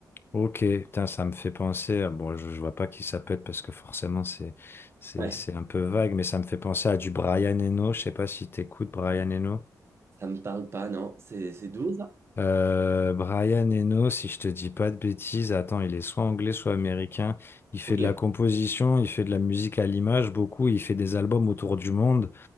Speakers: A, on the left; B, on the right.
A: Ok, putain, ça me fait penser à... Bon, je, je vois pas qui ça peut être parce que forcément c'est c'est
B: Ouais,
A: c'est un peu vague, mais ça me fait penser à du Brian Eno. Je sais pas si t'écoutes Brian Eno.
B: ça me parle pas, non? C'est c'est doux ça?
A: Euh, Brian Eno, si je te dis pas de bêtises, attends, il est soit anglais, soit américain. Il fait
B: Ok,
A: de la composition, il fait de la musique à l'image beaucoup, il fait des albums autour du monde.